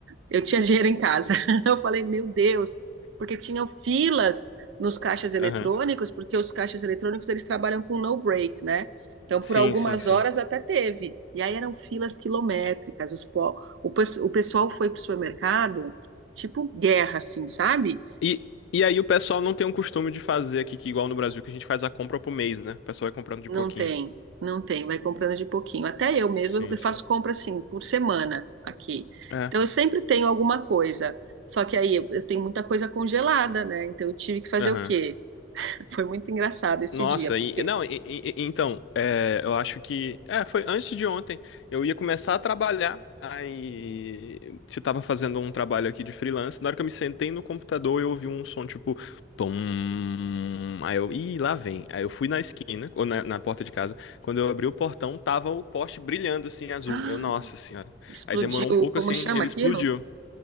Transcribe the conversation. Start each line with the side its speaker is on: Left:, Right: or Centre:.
Right: Eu tinha <laughs> dinheiro em casa. <laughs> Eu falei, meu Deus, porque tinham filas nos caixas eletrônicos,
Left: Aham.
Right: porque os caixas eletrônicos eles trabalham com no break, né? Então,
Left: Sim,
Right: por algumas
Left: sim, sim.
Right: horas até teve. E aí eram filas quilométricas. Os po- o, pes- o pessoal foi para o supermercado, tipo guerra, assim, sabe?
Left: E, e aí o pessoal não tem um costume de fazer aqui, que igual no Brasil, que a gente faz a compra pro mês, né? O pessoal vai comprando de
Right: Não
Left: pouquinho.
Right: tem, não tem, vai comprando de pouquinho. Até eu mesma
Left: Sim,
Right: eu faço
Left: sim.
Right: compra assim por semana aqui.
Left: É.
Right: Então eu sempre tenho alguma coisa. Só que aí eu eu tenho muita coisa congelada, né? Então eu tive que fazer
Left: Aham.
Right: o quê? <laughs> Foi muito engraçado esse
Left: Nossa,
Right: dia, porque
Left: e, não, e- e- e- então, é, eu acho que, é, foi antes de ontem, eu ia começar a trabalhar, aí eu tava fazendo um trabalho aqui de freelance, na hora que eu me sentei no computador, eu ouvi um som, tipo, pum, aí eu, ih, lá vem, aí eu fui na esquina, ou na, na porta de casa, quando eu abri o portão, tava o poste brilhando, assim, azul,
Right: <gasps> ah,
Left: eu, nossa senhora,
Right: explodiu,
Left: aí demorou um pouco,
Right: como
Left: assim,
Right: chama
Left: ele
Right: aquilo?
Left: explodiu,